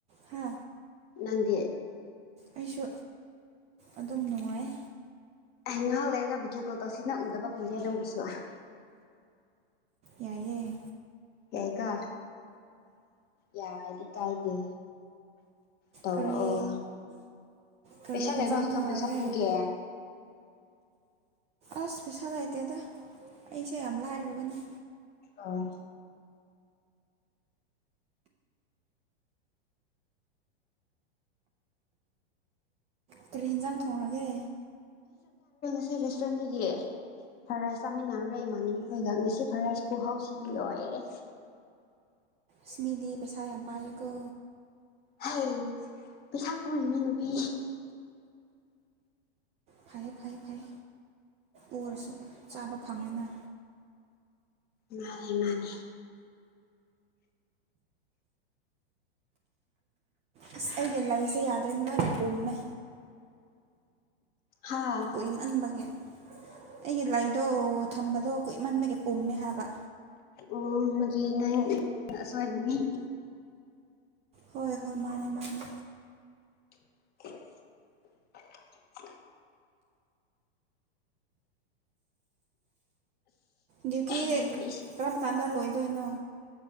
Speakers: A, on the right; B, on the left.
A: ꯍꯥ
B: ꯅꯪꯗ
A: ꯑꯩꯁꯨ ꯑꯗꯨꯝ ꯅꯨꯡꯉꯥꯏ
B: ꯉꯍꯥꯎ ꯂꯩꯔꯒ ꯚꯗꯤꯑꯣ ꯀꯣꯜ ꯇꯣ ꯁꯤꯅ ꯎꯗꯕ ꯀꯖ ꯑꯗꯨꯝ ꯨꯁꯨꯣꯛꯑꯣ
A: ꯌꯥꯏꯑꯌꯦ
B: ꯌꯥꯏ ꯀ ꯌꯥꯗ ꯇꯥꯏꯗ ꯇꯧꯔꯛꯑꯣ
A: ꯀꯔꯤ ꯀꯔꯤ
B: ꯄꯩꯁꯥ
A: ꯍꯤꯟꯖꯥꯡ
B: ꯂꯩ
A: ꯊꯣꯡꯔꯒꯦ
B: ꯀ ꯄꯩꯁꯥ ꯄꯨꯒꯦ
A: ꯑꯁ ꯄꯩꯁꯥ ꯂꯩꯇꯦꯗ ꯑꯩꯁꯦ ꯌꯥꯝ ꯂꯥꯏꯔꯕꯅꯤ
B: ꯑꯥ
A: ꯀꯔꯤ ꯌꯦꯟꯖꯥꯡ ꯊꯣꯡꯉꯒꯦ
B: ꯆꯦꯦ ꯔꯦꯁꯇꯨꯔꯦꯟ ꯅꯒꯤꯌꯦ ꯐ꯭ꯔꯥꯏ ꯔꯥꯏꯁ ꯆꯥꯃꯤꯟꯅꯔꯨꯔꯦ ꯏꯃꯥꯅꯤꯒꯤꯈꯣꯏꯒ ꯉꯁꯤ ꯐ꯭ꯔꯥꯏ ꯔꯥꯏꯁ ꯀꯍꯥꯎꯁꯤꯗꯤ ꯂꯣꯏꯔꯦ
A: ꯁꯃꯤꯗꯤ ꯄꯩꯁꯥ ꯌꯥꯝ ꯄꯀ
B: ꯍꯩ ꯄꯩꯁꯥ ꯄꯨꯔꯤꯅꯤ ꯅꯨꯄꯤ
A: ꯐꯩ ꯐꯩ ꯐꯩ ꯑꯣꯏꯔꯁꯨ ꯆꯥꯕ ꯐꯪꯉꯦꯅ
B: ꯃꯥꯅꯦ ꯃꯥꯅꯦ
A: ꯑꯁ ꯑꯩꯒꯤ ꯂꯩꯁꯦ ꯌꯥꯗ꯭ꯔꯦꯅ ꯂꯣꯏꯅ ꯎꯨꯝꯃꯦ
B: ꯍꯥ
A: ꯀꯨꯏꯃꯟꯕꯒꯦ ꯑꯩꯒꯤ ꯂꯩꯗꯣ ꯊꯝꯕꯗꯣ ꯀꯨꯏꯃꯟꯕꯒꯦ ꯄꯨꯝꯃꯦ ꯍꯥꯏꯕ
B: ꯑꯣ ꯃꯒꯤ ꯅ ꯑꯁꯣꯏꯕꯅꯤ
A: ꯍꯣꯏ ꯍꯣꯏ ꯃꯥꯅꯦ ꯃꯥꯅꯦ
B: <unintelligible>
A: ꯗ꯭ꯌꯨꯇꯤ
B: ꯍꯌꯦꯡꯗꯤ
A: ꯀꯔꯝ ꯀꯥꯟꯗ ꯂꯣꯏꯗꯣꯏꯅꯣ